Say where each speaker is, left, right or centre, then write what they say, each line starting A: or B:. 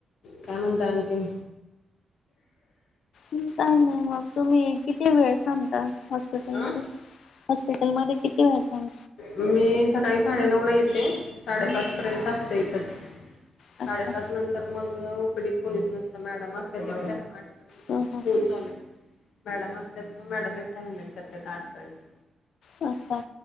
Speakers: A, on the left; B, on the left.
A: काय म्हणताय आणखीन.
B: काय नाही मग तुम्ही किती वेळ थांबता. हॉस्पिटल
A: अं
B: मध्ये हॉस्पिटल मध्ये किती वेळ था
A: मी सकाळी साडेनऊ ला येते साडेपाच
B: हम्म
A: पर्यंत असते इथच साडेपाच
B: अच्छा
A: नंतर मग ओ पी डी कोणीच नसतं मॅडम असतात आठ पर्यंत.
B: हो हो
A: फोन चालू आहे मॅडम असतात मग मॅडम एकट्या हॅण्डल करतात आठपर्यंत.
B: अच्छा अच्छा